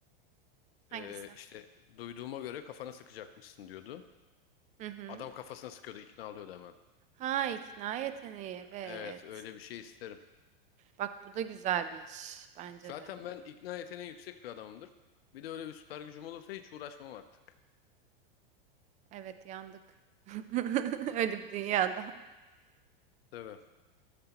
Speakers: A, on the right; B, on the left.
A: Hangisi?
B: Ee, işte duyduğuma göre kafana sıkacakmışsın diyordu.
A: Hı hı.
B: Adam kafasına sıkıyordu, ikna alıyordu hemen.
A: Ha ikna yeteneği evet.
B: Evet, öyle bir şey isterim.
A: Bak bu da güzel bir iş bence
B: Zaten
A: de.
B: ben ikna yeteneği yüksek bir adamımdır. Bir de öyle bir süper gücüm olursa hiç uğraşmam artık.
A: Evet yandık. <laughs> Öyle bir dünyada.
B: Tabii.